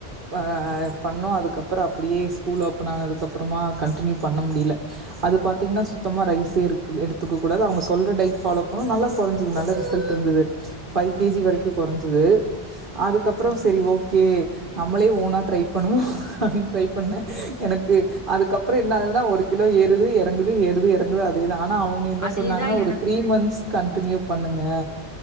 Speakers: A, on the right; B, on the left.
A: வா பண்ணோ அதுக்கப்பறோ அப்புடியே ஸ்கூல் ஓப்பன் ஆனதுக்கு அப்பறமா கண்டினியூ பண்ண முடியல அது பாத்தீங்கன்னா சுத்தமா
B: ம்
A: ரைஸே இருக்கு எடுத்துக்க கூடாது அவுங்க சொல்ற டய்ட் ஃபாலோ அப்பறோ நல்லா கொறஞ்சுது நல்ல ரிசல்ட் இருந்துது ஃபைவ் கேஜி
B: ஓகே
A: வரைக்கு கொறஞ்சுது அதுக்கப்பறோ
B: ம்
A: செரி ஓகே நம்மளே ஓனா ட்ரை பண்ணுவோ அப்டின்னு ட்ரை பண்ணே எனக்கு அதுக்கப்பறோ என்ன ஆகுதுன்னா ஒரு கிலோ ஏறுது இறங்குது ஏறுது இறங்குது அதே ஆனா அவுங்க என்ன
B: அதேதா
A: சொன்னாங்கன்னா
B: எனக்கு
A: ஒரு த்ரீ மந்த்ஸ்
B: ம்
A: கன்டினியூ பண்ணுங்க